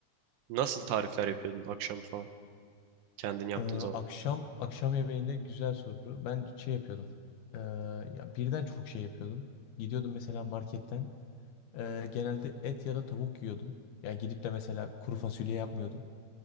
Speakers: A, on the right; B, on the left.
A: nasıl tarifler yapıyordun akşam falan? Kendin yaptığın
B: e,
A: zaman.
B: akşam akşam yemeğinde güzel soru. Ben şey yapıyordum. E, ya birden çok şey yapıyordum. Gidiyordum mesela marketten. E, genelde et ya da tavuk yiyordum. Ya gidip de mesela kuru fasulye yapmıyordum.